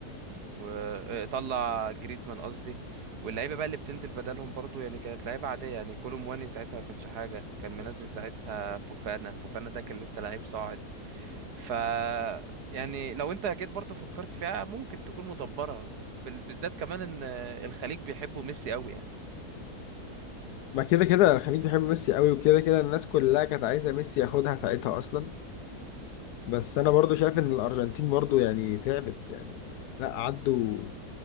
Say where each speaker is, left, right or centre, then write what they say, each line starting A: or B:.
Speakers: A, on the right; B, on the left.
A: وطلع جريزمان قصدي واللعيبه بقى اللي بتنزل بدلهم برضو يعني كانت لعيبه عاديه يعني كولو مواني ساعتها ما كانش حاجه كان منزل ساعتها فوفانا فوفانا ده كان لسه لعيب صاعد ف يعني لو انت جيت برضو فكرت فيها ممكن تكون مدبره بال- بالذات كمان ان الخليج بيحبوا ميسي قوي يعني
B: ما كده كده الخليج بيحب ميسي قوي وكده كده الناس كلها كانت عايزة ميسي ياخدها ساعتها أصلا بس أنا برضو شايف إن الأرجنتين برضو يعني تعبت يعني لا عدوا